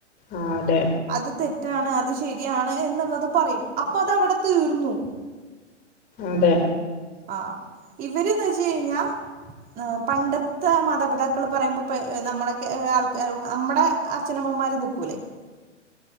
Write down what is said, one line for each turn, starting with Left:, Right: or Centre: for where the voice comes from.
Left: ആഹ് അതെ.
Right: അത് തെറ്റാണ് അത് ശരിയാണ് എന്ന്ള്ളത് പറയും അപ്പതഅവടെ തീർന്നു.
Left: അതെ
Right: ആഹ് ഇവ്ര്ന്ന് വെച്ച് കഴിഞ്ഞാ ഏ പണ്ടത്തെ മാതാപിതാക്കൾ പറയുമ്പൊ പ്പ ഏ ന്നമ്മളെക്കെ ഏ ആൾക്കാര് നമ്മടെ. അച്ഛനമ്മമാര് ന്നിക്കൂലെ